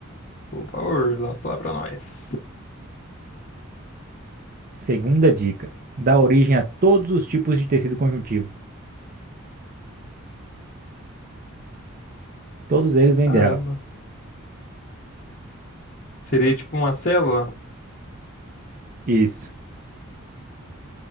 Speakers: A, on the left; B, on the right.
A: Por favor, lança lá pra nós.
B: Segunda dica. Dá origem a todos os tipos de tecido conjuntivo. Todos eles vêm
A: Caramba.
B: dela.
A: Seria tipo uma célula?
B: Isso.